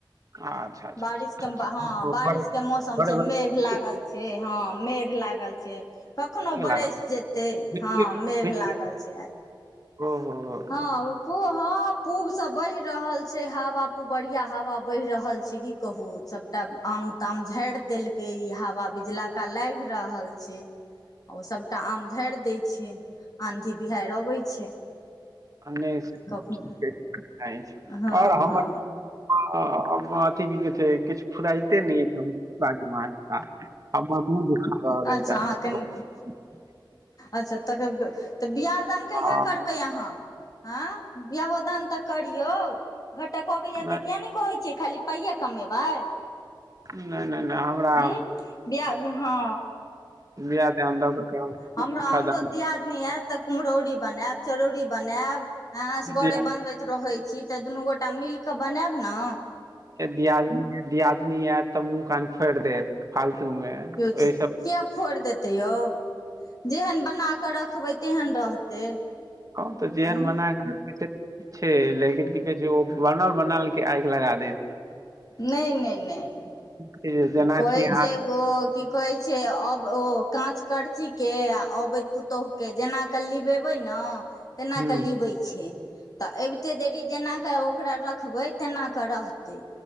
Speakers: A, on the right; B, on the left.
A: अच्छा अच्छा
B: बारिश
A: अच्छा
B: के
A: अच्छा अच्छा
B: हँ बारिश
A: बड़
B: के मौसम
A: बड़
B: छै
A: बड़
B: मेघ
A: नीक
B: लागल छै हँ मेघ ला गल छै कखनहुं
A: लागत
B: बरसि जेतै
A: बिजली
B: हँ मेघ
A: बिजली
B: लागल छै आ
A: ओहो
B: हँ पू हँ पूब से बहि रहल छै हवा पूबरिया हवा बहि रहल छै की कहु सबटा आम ताम झाड़ि देलकै ई हवा बिजलका लागि रहल छै ओ सभटा आम झाड़ि दैत छै आँधी बिहारि अबैत छै
A: नहि
B: कखनो
A: अछि
B: हँ
A: आओर हमर
B: हँ
A: अ ब अथी की कहै छै किछु फुरइते नइया हम की बाजू अहाँके काज
B: अच्छा अहाँके
A: <unintelligible>
B: अच्छा तकर तऽ बियाह दान कहिया
A: हँ,
B: करबै अहाँ हँ बियाहो दान ते करियौ घटक अबैया
A: नहि
B: त किया ने कहै छियै खाली पाइये कमेबै
A: नहि नहि नहि हमरा
B: हूँ बियाह हँ
A: बियाह दान क'के कोनो
B: हमरा
A: फायदा
B: हमरो दियादनी आयत तऽ कुम्हरौरी बनायब चरौरी बनायब ऐं
A: नहि।
B: असगरे बनबैत रहै छी तऽ दुनू गोटा मिल कऽ बनायब न
A: ए दियादनी दियादनी आयत तऽ मुह कान फोड़ि देत फालतू मे ओहि
B: यौ
A: सब
B: किया फोड़ि देते यौ जेहन बना कऽ रखबै तेहन रहतै
A: हँ तऽ जेहन
B: हूँ
A: बना कर रखवय ते छै लेकिन की कहै छै ओ बनल बनायलके आगि लगा दै
B: नहि नहि नहि
A: छै जेना
B: कहै
A: छी हाथ
B: छै ओ की कहैय छै अब ओ काँच करचीके आ अबैत पुतोहुके जेनाकऽ लिबेबै न तेना
A: ह
B: कऽ लिबैय छै तऽ अबिते देरी जेना क' ओकरा रखबै तेना क' रहते